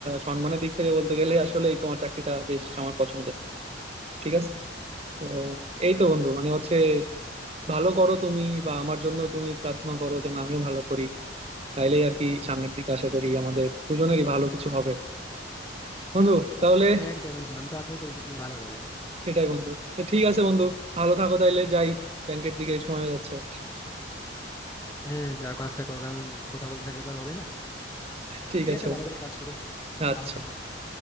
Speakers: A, on the right; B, on the left.
A: সম্মানের দিক থেকে বলতে গেলে আসলে তোমার চাকরিটা বেশ আমার পছন্দের ঠিক আছে তো এই তো বন্ধু মানে হচ্ছে ভালো করো তুমি বা আমার জন্য তুমি প্রার্থনা করো যেন আমিও ভালো করি তাইলেই আর কি সামনের দিকে আশা করি আমাদের দুজনেরই ভালো কিছু হবে বন্ধু তাহলে
B: একদম একদম। আমি তো আশাই করি যে তুমি ভালো করো
A: সেটাই বন্ধু তো ঠিক আছে বন্ধু ভালো থাকো তাইলে যাই ব্যাংকের দিকে সময় হয়ে যাচ্ছে আমার।
B: হ্যাঁ যাও কাজটা করো কারণ কথা বলতে থাকলে তো আর হবে না
A: ঠিক
B: ঠিক
A: আছে
B: আছে
A: বন্ধু
B: ভালো করে কাজ করো
A: আচ্ছা
B: Ahora te